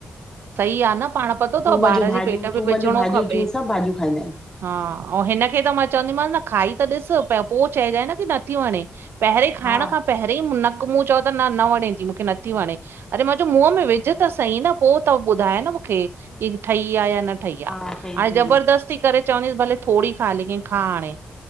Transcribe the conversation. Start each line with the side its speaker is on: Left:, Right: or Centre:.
Right: सही आ न, पाण पतो थव
Left: थूम
Right: ॿार
Left: जूं भाॼियूं
Right: जे पेट में
Left: थूम
Right: विझणो
Left: जूं भाॼियूं
Right: खपे।
Left: थियूं सभु भाॼियूं खाईंदा आहिनि।
Right: हा, औं हिनखे त मां चवंदीमास न खाई त ॾिस पर पो चइजें न कि नथी वणे। पहिरें ई खाइण
Left: हा
Right: खां पहिरें ई नक मुंहं चओ त न न वणे थी मूंखे नथी वणे, अरे मां चयो मुंहं में विझ त सही न, पो त ॿुधाए न मूंखे। कि ठही आ या न ठही आ,
Left: हा सही
Right: हाणे
Left: सही।
Right: ज़बरदस्ती करे चवंदसि भले थोङी खाउ लेकिन खा हाणे।